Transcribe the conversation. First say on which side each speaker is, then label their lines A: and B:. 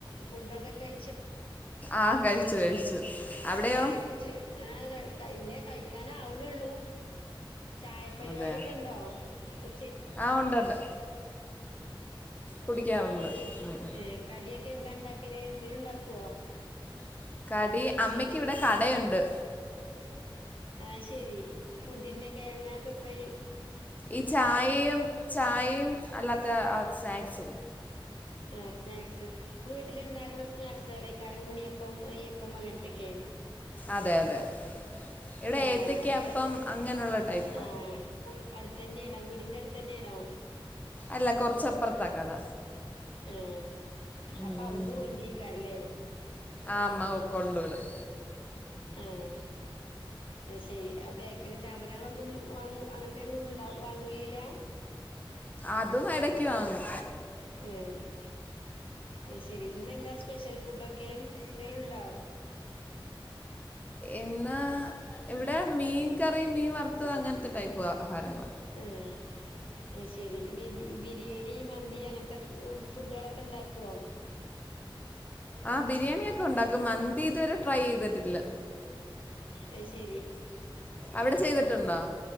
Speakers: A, on the left; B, on the left.
A: ഫുഡ്‌ ഒക്കെ കൈ
B: ആ കഴിച്ചു, കഴിച്ചു അവിടെയോ
A: ഈനേരത്ത് ചേ ഏയ് <unintelligible> ഇല്ല കഴിക്കാൻ ആവുന്നുള്ളു ചായ പരുപാടി
B: അതെ
A: ഒക്കെ ഉണ്ടോ <inaudible> ഉം
B: ആ ഉണ്ട് ഉണ്ട് കുടിക്കാറുണ്ട്
A: കടി
B: ഉം. ഉം.
A: കടി എന്താ ഉണ്ടാക്കിനെ എന്തേലും ഉണ്ടാക്കോ?
B: <inaudible>
A: അപ്പൊ
B: അമ്മയ്ക്ക്
A: ശരി
B: ഇവിടെ കടയുണ്ട്
A: അയ് ശെരി ഫുഡിന്റെക്കെ ഇങ്ങ പ്രിപ്രേയ്
B: ഈ ചായയും ചായയും അല്ലാത്ത സ്നാക്ക് സും
A: ആഹ് സ്നാക്സ് വീട്ടില് ഇണ്ടാക്കണ സ്നക്സ്കളായികാരം ഉണ്ണിയപ്പം നെയ്യപ്പം അങ്ങനെതെക്കെ
B: അതെ അതെ ഇവിടെ
A: ആഹ്
B: ഏത്തയ്ക്ക
A: അടുത്തേ
B: അപ്പം അങ്ങനെയുള്ള ടൈപ്പാ
A: ആഹ് അടുത്തെന്നെയാണോ വീടിന്റെ അടുത്തന്നെയാണോ
B: അല്ല കൊറച്ചപ്പറത്ത കട
A: ആഹ്
B: ഉം.
A: അപ്പ അവിട്ന്ന് കൊണ്ടരികാരും ല്ലേ
B: ആ അമ്മ കൊണ്ടുവിടും
A: ആഹ് അയ് ശെരി ആ ബേക്കറി സാധനങ്ങൾ ഒന്നും വാങ്ങും അങ്ങനെത്തെ ഒന്നും ഉണ്ടാവു വാങ്ങുലില്ല
B: അതും എടക്ക് വാങ്ങും
A: ഉം അയ് ശെരി ഇന്ന് എന്താ സ്പെഷ്യൽ ഫുഡോക്കെ ക്കെ എന്തെലുണ്ടോ
B: എന്നാ ഇവിടെ മീൻ കറി മീൻ വറുത്തത് അങ്ങനെത്തെ ടൈപ്പ് ആഹാരങ്ങള്
A: ഉം അയ് ശെരി ഇനി ബിരിയെണി മന്തി അങ്ങനത്തെ ഫു ഫുഡ്കളെക്കെ ഇണ്ടാക്കോ
B: ആ ബിരിയാണിയൊക്കെ ഉണ്ടാക്കും മന്തി ഇത് വരെ ട്രൈ ചെയ്തിട്ടില്ല.
A: അത് ശരി
B: അവിടെ ചെയ്തിട്ടുണ്ടോ
A: അപ്പൊ കു